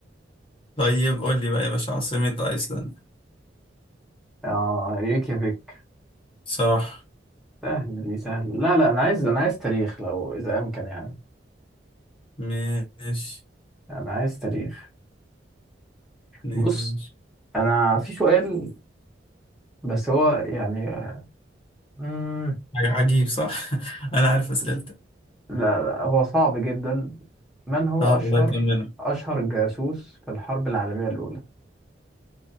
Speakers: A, on the left; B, in the centre.
A: طيب قول لي بقى يا باشا عاصمة أيسلندا
B: اه ريكيافيك
A: صح
B: سهلة دي سهلة لا لا أنا عايز أنا عايز تاريخ لو إذا أمكن يعني
A: ماشي
B: أنا عايز تاريخ
A: ماشي
B: بص أنا في سؤال بس هو يعني مم...
A: عجيب صح <laughs> انا عارف اسئلتك
B: لا, لا هو صعب جدا من هو
A: اه
B: أشهر
A: والله تمام
B: أشهر جاسوس في الحرب العالمية الأولى